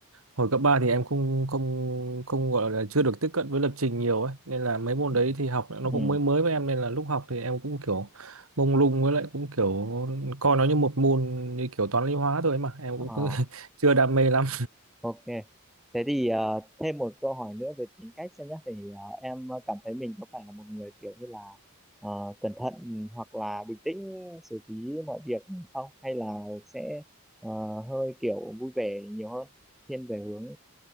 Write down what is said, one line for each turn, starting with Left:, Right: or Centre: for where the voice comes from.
Right: hồi cấp 3 thì em không không không gọi là chưa được tiếp cận với lập trình nhiều ấy nên là mấy môn
Centre: Ừ.
Right: đấy thì học nó
Centre: Ừ.
Right: cũng mới mới với em nên là lúc học thì em cũng kiểu mông lung với lại cũng kiểu coi nó như một môn như kiểu toán lý hóa thôi ấy mà em
Centre: Ờ.
Right: cũng cứ <laughs> chưa đam mê lắm
Centre: Ok. Thế thì ờ, thêm một câu hỏi nữa về tính cách xem nhé. Thì ờ, em cảm thấy mình có phải là một người kiểu như là ờ, cẩn thận hoặc là bình tĩnh xử lý mọi việc không? Hay là sẽ ờ, hơi kiểu vui vẻ nhiều hơn, thiên về hướng